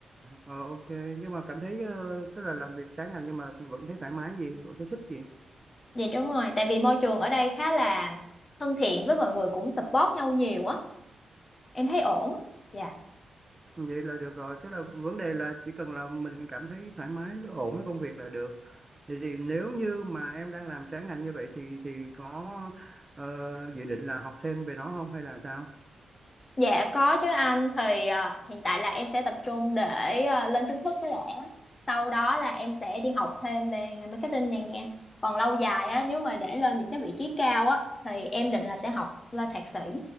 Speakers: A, on the right; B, on the left.
A: ờ, ok nhưng mà cảm thấy ờ, tức là làm việc trái ngành nhưng mà vẫn thấy thoải mái gì vẫn thấy thích gì
B: Dạ đúng rồi, tại vì môi trường ở đây khá là thân thiện với mọi người cũng support nhau nhiều á, em thấy ổn. Dạ.
A: vậy là được rồi tức là vấn đề là chỉ cần là mình cảm thấy thoải mái ổn với công việc là được Vậy thì nếu như mà em đang làm trái ngành như vậy thì thì có ờ, dự định là học thêm về nó không hay là sao?
B: Dạ có chứ anh thì ờ, hiện tại là em sẽ tập trung để ờ, lên chính thức cái lẽ. Sau đó là em sẽ đi học thêm về ngành marketing nè. Còn lâu dài á nếu mà để lên những cái vị trí cao á thì em định là sẽ học lên thạc sĩ